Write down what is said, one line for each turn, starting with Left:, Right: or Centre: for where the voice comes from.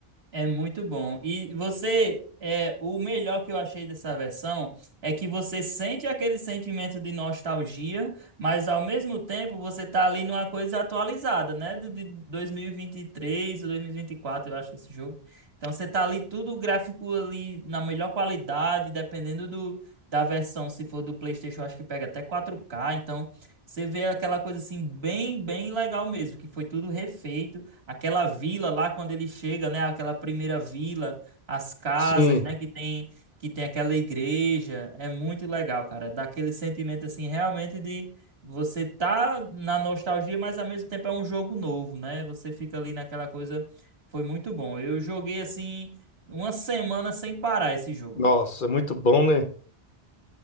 Right: É muito bom. E você, é, o melhor que eu achei dessa versão é que você sente aquele sentimento de nostalgia, mas ao mesmo tempo você tá ali numa coisa atualizada, né? De, de 2023 ou 2024, eu acho, esse jogo. Então você tá ali tudo gráfico ali na melhor qualidade, dependendo do, da versão, se for do PlayStation, eu acho que pega até 4K. Então você vê aquela coisa assim, bem, bem legal mesmo, que foi tudo refeito. Aquela vila lá quando ele chega, né? Aquela primeira vila, as casas,
Left: Sim.
Right: né? Que tem que tem aquela igreja, é muito legal, cara. Dá aquele sentimento assim, realmente de você tá na nostalgia, mas ao mesmo tempo é um jogo novo, né? Você fica ali naquela coisa, foi muito bom. Eu joguei assim uma semana sem parar esse jogo.
Left: Nossa, é muito bom, né?